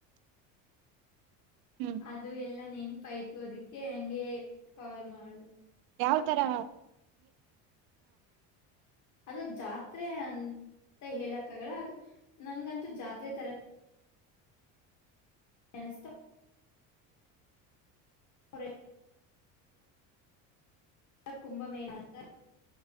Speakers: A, on the right; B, on the left.
A: ಹ್ಮ್
B: ಅದು ಎಲ್ಲ ನ ಅದಕ್ಕೆ ಹಂಗೆ ಕಾಲ್ ಮಾಡಿದೆ
A: ಯಾವ ತರ ಹಾ.
B: ಅದು ಜಾತ್ರೆ ಅಂತ ಹೇಳಕ್ಕಗಲ್ಲ ಅದು ನನ್ಗಂತೂ ಜಾತ್ರೆ ತರ. ಅನಿಸ್ತಾ ಅವರೆಲ್ಲ ಕುಂಭಮೇಳ ಅಂತ